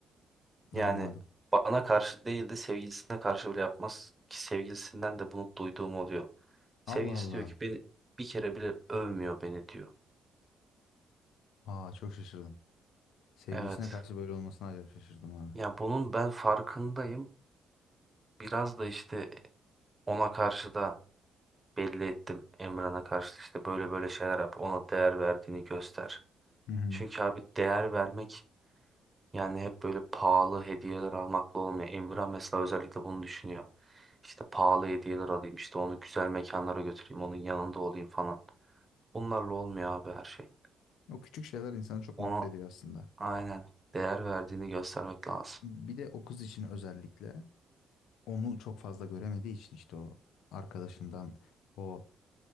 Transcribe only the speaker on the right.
Yani
bana karşı değil de sevgilisine karşı bile yapmaz. Ki sevgilisinden de bunu duyduğum oluyor.
Sevgilisi
diyor ki beni bir kere bile övmüyor beni diyor.
Evet.
Ya bunun ben farkındayım. Biraz da işte ona karşı da belli ettim. Emran'a karşı da işte böyle böyle şeyler yap. Ona değer verdiğini göster.
Çünkü abi değer vermek Yani hep böyle pahalı hediyeler almakla olmuyor. Emrah mesela özellikle bunu düşünüyor. İşte pahalı hediyeler alayım, işte onu güzel mekanlara götüreyim, onun yanında olayım falan. Bunlarla olmuyor abi her şey.
Ona
aynen değer verdiğini göstermek lazım.